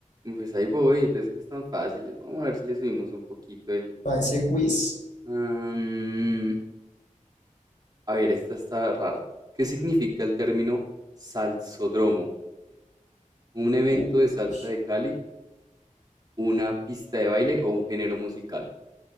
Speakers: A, on the right (about 30°); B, on the left (about 70°).
A: Pues ahí voy, pues es que están fáciles. Vamos a ver si le subimos un poquito el...
B: para ese quiz,
A: Am, a ver, esta está rara. ¿Qué significa el término salsódromo? ¿Un evento
B: uy,
A: de salsa de Cali, una pista de baile o un género musical?